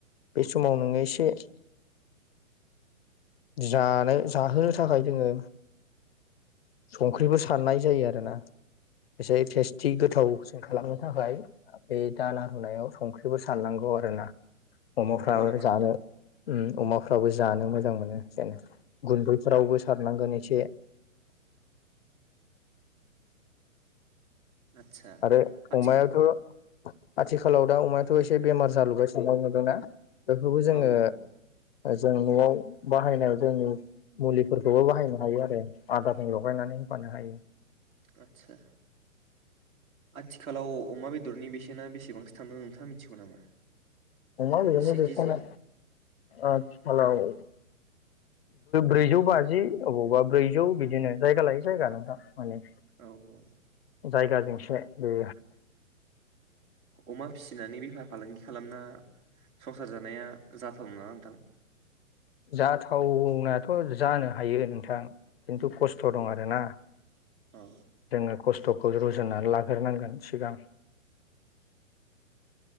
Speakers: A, on the left; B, on the right.
A: बे समाव नोङो एसे जानो जाहोनो थाखाय जोङो संख्रिबो साननाय जायो आरो ना एसे टेस्टि गोथावसिन खालामनो थाखाय बे दाना आरुनायाव संख्रिबो साननांगौ आरो ना अमाफ्राबो
B: नंगौ नामा
A: जानो
B: नोंथां
A: उम अमाफोर फ्रावबो जानो मोजां मोनो जानो गुन्दैफोरावबो सारनांगोन एसे
B: आदसा
A: आरो
B: आथि
A: अमायाथ आथिखालाव दा अमाया थ एसे बेमार जालोगासिनो बेखौ नुदोंना बेखौबो जोङो
B: औ औ
A: जों नआव बाहायनायाव जोंनि मुलिफोरखौबो बाहायनो हायो आरो आदारजों लगायनानै होफानो हायो
B: आतसा आथिखालाव अमा बेदरनि बेसेना बेसेबांसो थांदों नोंथाङा मिनथिगौ नामा
A: अमा बेदरनि
B: से
A: बेसेना
B: केजियाव
A: आथिखालाव ब्रैजौ बाजि अबावबा ब्रैजौ बिदिनो जायगा लायो जायगा नोंथां माने
B: औ औ
A: जायगााजोंसो बे
B: अमा फिसिनानै बेफार फालांगि खालामना संसार जानाया जाथाव नामा नोंथां
A: जाथावनायाथ जानो हायो नोंथां खिन्थु खस्थ दं आरोना
B: औ
A: जोङो खस्थखौ रुजुननानै लाग्रोनांगोन सिगां